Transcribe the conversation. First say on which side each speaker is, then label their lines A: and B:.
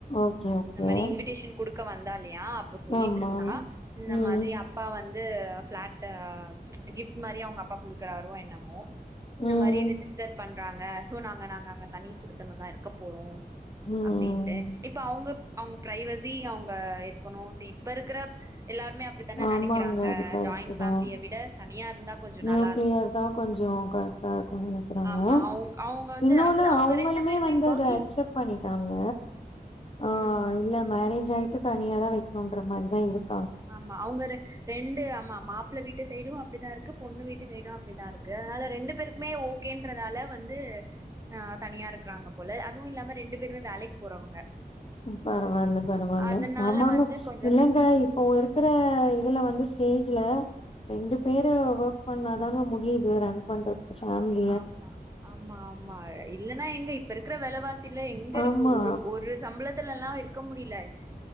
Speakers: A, on the left; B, on the right.
A: ஓகே ஓகே
B: இந்த மேரி இன்விடேஷன் குடுக்க வந்தா இல்லயா அப்ப சொல்லிட்ருந்தா
A: ஆமா
B: இந்த
A: ம்
B: மாதிரி அப் பா வந்து பிளாட்டா கிஃப்ட் மாரி அவங்கப்பா குடுக்குறாரோ என்னமோ இந்த
A: ம்
B: மாரி ரிஜிஸ்டர் பண்றாங்க சோ நாங்க நாங்க அங்க தனி குடுத்தணுந்தா இருக்க போறோ
A: ம்
B: அப்டின்ட்டு இப் ப அவங்க அவங்க பிரைவசி அவங்க இருக்கணும்ட்டு இப்ப இருக்குற எல்லாருமே அப்படித்தான
A: ஆமாங்க
B: நெனைக்கிறாங்க
A: அது கரெக்ட்டு
B: ஜாயின் ஃபேமிலிய
A: தா
B: விட தனியா இருந்தா கொஞ்சோ
A: நியூக்ளியர்
B: நல்லா இருக்கு
A: தா கொஞ்ச கரெக்ட்டா இருக்கு றாங்க
B: ஆமா அவங் அவங்க வந்து
A: இன்னொன்னு
B: அப்ப அவங்க
A: அவங்களுமே
B: ரெண்டு பேருமே
A: வந்து அது
B: ஒர்க்கிங்
A: அக்சப்ட் பண்ணிட்டாங்க ஆ
B: ம்
A: இல்ல மேரேஜ் ஆயிட்டு தனியா தா வைக்கணும்ன்ற மாரிதா இருக்கு
B: ஆமா அவங்க ரெ ரெண்டு ஆமா மாப்பிள்ள வீட்டு சைடு அப்டிதா இருக்கு பொண்ணு வீட்டு சைடு அப்டிதா இருக்கு அதனால ரெண்டு பேருக்குமே ஒ கேன்றதால வந்து ஆ தனியா இருக்கறாங்க போல அதுவு இல்லாம ரெண்டு பேருமே வேலைக்கு போறவங்க
A: பரவால்ல பரவால்ல
B: அதனால
A: ஆமாங்க
B: வந்து கொஞ்ச
A: இல்லங்கா இப்போ இருக்கிற இதுல வந்து ஸ்டேஜ்ல ரெண்டு பேரு ஒர்க் பண்ணாதாங்க முடியுது ரன் பண்றது ஃபேமிலி
B: ஆமா ஆமா ஆமா இல்லன்னா எங்க இப்ப இருக்கற வெலவா சில எங்க இருக்கு
A: ஆமா
B: ஒரு ஒரு சம்பளத்துலல்லா இருக்க முடில